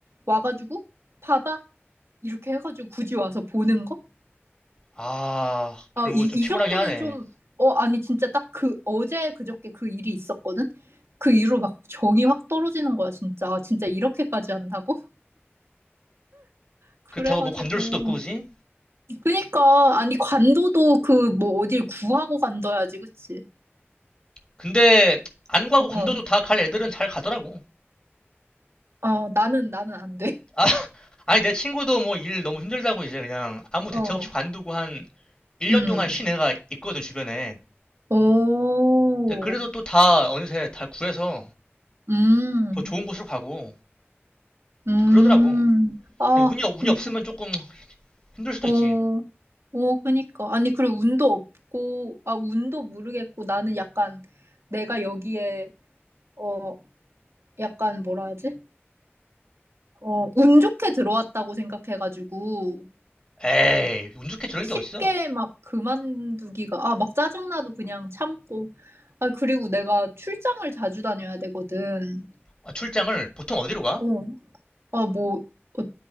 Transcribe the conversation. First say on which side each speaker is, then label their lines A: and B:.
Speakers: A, on the right; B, on the left.
A: 와가지고, 봐봐. 이렇게 해가지고 굳이 와서 보는 거?
B: 아 그런
A: 아, 이,
B: 거 좀
A: 이
B: 피곤하게
A: 정도는
B: 하네.
A: 좀, 어, 아니, 진짜 딱 그, 어제 그저께 그 일이 있었거든? 그 이후로 막 정이 확 떨어지는 거야, 진짜. 아, 진짜 이렇게까지 한다고? <laughs> 그래가지고.
B: 그렇다고 뭐 관둘 수도 없고 그지?
A: 그니까 아니 관도도 그 뭐 어딜 구하고 간다야지 그치?
B: 근데 안 가고
A: 어,
B: 관둬도 다 갈 애들은 잘 가더라고.
A: 어.. 나는 나는 안 돼.
B: 아, <laughs> 아니 내 친구도 뭐 일 너무 힘들다고 이제 그냥 아무
A: <laughs>
B: 대책
A: 어.
B: 없이 관두고 한 1년
A: 음.
B: 동안 쉰 애가 있거든 주변에.
A: 오.
B: 근데 그래도 또 다 어느새 다 구해서
A: 음.
B: 더 좋은 곳으로 가고
A: 음.
B: 다 그러더라고.
A: 아
B: 근데 운이, 없- 운이
A: 진짜.
B: 없으면 조금 힘들 수도
A: 어.
B: 있지.
A: 어 그니까 아니 그리고 운도 없고 아 운도 모르겠고 나는 약간 내가 여기에 어 약간 뭐라 하지? 어 운 좋게 들어왔다고 생각해가지고
B: 에이, 운 좋게 저런
A: 쉽게
B: 게 어딨어.
A: 막 그만두기가 아 막 짜증나도 그냥 참고 아 그리고 내가 출장을 자주 다녀야 되거든.
B: 아, 출장을 보통 어디로 가?
A: 어. 아 뭐 어,